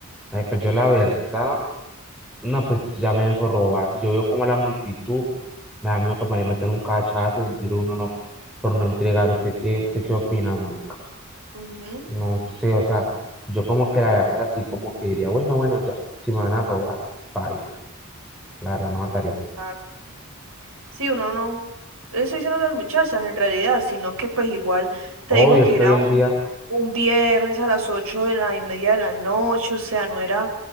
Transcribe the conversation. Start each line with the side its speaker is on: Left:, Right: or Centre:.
Centre: Marica, yo la verdad. No, pues ya me dejó robar. Si yo veo como a la multitud, me da miedo que me metan un cachazo, un tiro, uno no, por no entregar. ¿Usted qué, usted qué opina, marica?
Right: Ujú,
Centre: No sé, o sea, yo como que la verdad sí como que diría, bueno, bueno, ya, si me van a robar, baila. La verdad no matarían.
Right: Exacto. Sí, uno no. Eso estoy diciendo las muchachas en realidad, sino que pues igual te
Centre: Obvio,
Right: digo que
Centre: es que
Right: era
Centre: hoy en
Right: un,
Centre: día,
Right: un viernes a las ocho de la y media de la noche, o sea, no era